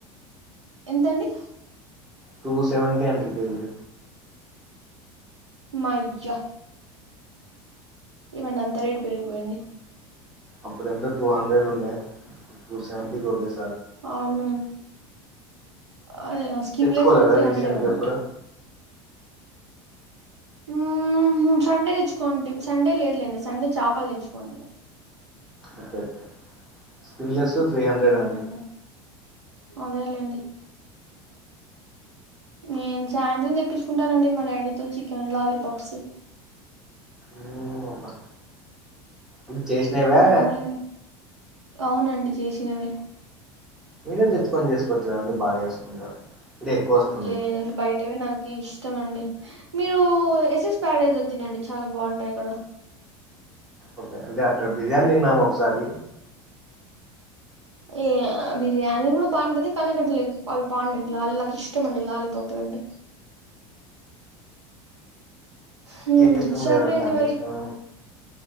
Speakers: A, on the right; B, in the centre.
A: ఎంతండి
B: టు సెవంటి అండీ కేజీ
A: మయ్యా ఎమండి అంతా రేటు పెరిగిపోయింది.
B: అప్పుడు ఎంత టూ హండ్రెడ్ ఉండే ఇప్పు టూ సెవెంటీకి ఓకే ఎస్
A: అవును అదే ఆ స్కిన్లెస్
B: తెచ్చుకోలేదా
A: దే త్రీ
B: రీసెంట్గా
A: హండ్రెడెమో
B: ఎప్పుడు
A: ఇంక ఉహు సండే తెచ్చుకోండీ సండే లేదులేండి సండే చాపలు తెచ్చుకోండి
B: okay okay skinless three hundred
A: అవునండి
B: ఉంది.
A: అదేలేండి నేన్ సాయంత్రం తెప్పించుకుంటానండి మా డాడీతో చికెన్ లాలీపాప్స్ ఉ
B: మ్మ్, అబ్బా. అంటే చేసినవే
A: ఊ ఉ అవునండి చేసినవి
B: మీరే తెచ్చుకొని చేసుకోవచ్చు కదండి బాగా చేసుకుంటారు అంటే ఎక్కువ వస్తుంది
A: లేదండి బయటవే నాక్ కి ఇష్టమ్ అండి మీరూ ఎస్ఎస్ కాలేజ్ లొ తినండి చాలా బాగుంటయి అక్కడ
B: ఓకే అంటే అక్కడ బిర్యానీ తిన్నాము ఒకసారి
A: ఏ బిర్యానీ కూడ బానే బాగుంటది కని కనటట్ లేదు అవి పాండ్ లాలీ నాకు ఇష్టమండి లాలీపప్లంటే హు
B: ఏ ఇష్టం
A: సర్లేండి
B: లేదండి అన్ని
A: మరి
B: ఇష్టమే